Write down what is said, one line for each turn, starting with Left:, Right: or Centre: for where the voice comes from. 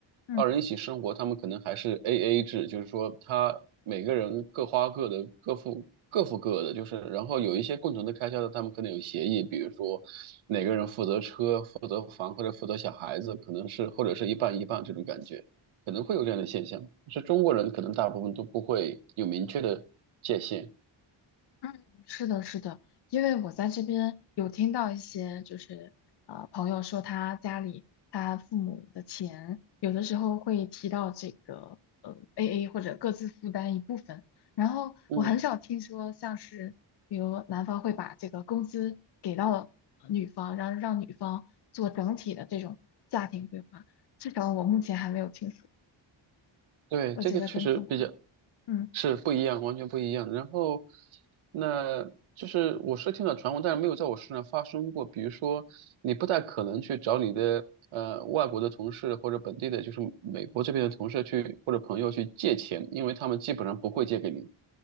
Left: 嗯。
Right: 二人一起生活，他们可能还是 AA 制，就是说他每个人各花各的，各付各付各的，就是然后有一些共同的开销的，他们可能有协议，比如说哪个人负责车、负责房或者负责小孩子，可能是或者是一半一半这种感觉。可能会有这样的现象，是中国人可能大部分都不会有明确的界限。
Left: 嗯，是的，是的，因为我在这边有听到一些，就是呃，朋友说他家里他父母的钱，有的时候会提到这个呃 AA 或者各自负担一部分，然后我很少听说像是比如男方会把这个工资给到呃女方，
Right: 嗯，
Left: 然后让女方做整体的这种家庭规划，至少我目前还没有听说，
Right: 对，
Left: 我觉得跟中国，
Right: 这个确实比较
Left: 嗯，
Right: 是不一样，完全不一样。然后，那就是我是听到传闻，但是没有在我身上发生过。比如说，你不太可能去找你的呃外国的同事或者本地的，就是美国这边的同事去或者朋友去借钱，因为他们基本上不会借给你。